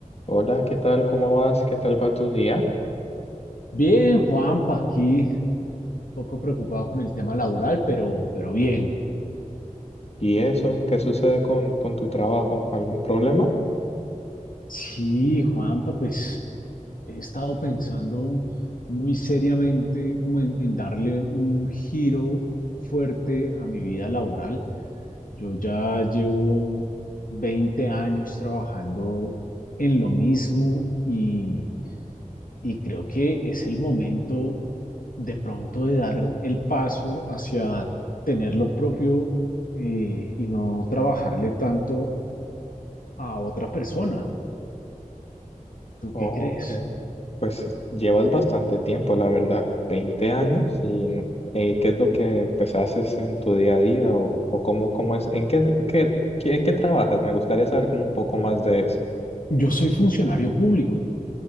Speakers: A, on the left (about 50°); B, on the left (about 80°).
A: Hola, ¿qué tal? ¿Cómo vas? ¿Qué tal va tu día?
B: Bien, Juanpa, aquí poco preocupado con el tema laboral, pero, pero bien.
A: ¿Y eso? ¿Qué sucede con, con tu trabajo? ¿Algún problema?
B: Sí, Juanpa, pues he estado pensando muy seriamente como en, en darle un giro fuerte a mi vida laboral. Yo ya llevo 20 años trabajando en lo mismo y Y creo que es el momento de pronto de dar el paso hacia tener lo propio eh, y no trabajarle tanto a otra persona. ¿Tú
A: Oh,
B: qué crees?
A: ok. Pues eh, llevas bastante tiempo, la verdad, 20 años. ¿Y n- eh, qué es lo que pues haces en tu día a día? ¿O, o cómo, cómo es? ¿En qué, qué, qué- en qué trabajas? Me gustaría saber como un poco más de eso.
B: Yo soy funcionario público.